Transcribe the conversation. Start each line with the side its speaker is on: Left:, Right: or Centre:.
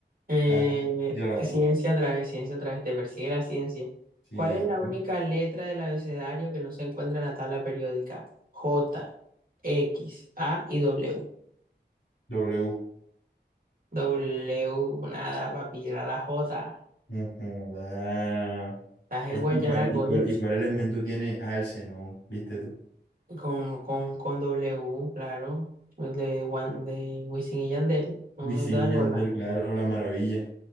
Right: Eh,
Left: Ah, tírala, pues.
Right: ciencia otra vez, ciencia otra vez, te persigue la ciencia.
Left: Sí,
Right: ¿Cuál es
Left: ya,
Right: la
Left: pues.
Right: única letra del abecedario que no se encuentra en la tabla periódica? J, X, A y W.
Left: W.
Right: W, nada, papi, era la J.
Left: Ujú, da.
Right: Estás
Left: es
Right: en Guayaracoya,
Left: igual igual igual y elemento tiene? Ah, el xenón, ¿viste tú?
Right: Con, con, con W, claro, el de, Wan- de Wisin y Yandel, no
Left: Wisin
Right: no te vas
Left: y sí,
Right: a acordar.
Left: Yandel, claro, la maravilla.